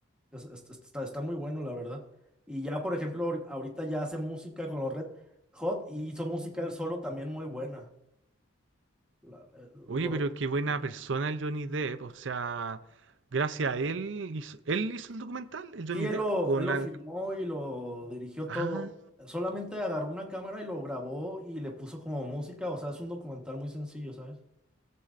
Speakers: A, in the centre; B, on the right.
A: Es- es- es- está, está muy bueno, la verdad. Y ya, por ejemplo, ahor- ahorita ya hace música con los Red Hot y hizo música él solo también muy buena. La- eh, lo-
B: Oye, pero qué buena
A: recomiendo.
B: persona el Johnny Depp. O sea, gracias a él hizo, ¿él hizo el documental, el Johnny
A: sí, él
B: Depp?
A: lo,
B: ¿O
A: él
B: nada?
A: lo filmó y lo dirigió todo.
B: Ah.
A: Solamente agarró una cámara y lo grabó y le puso como música. O sea, es un documental muy sencillo, ¿sabes?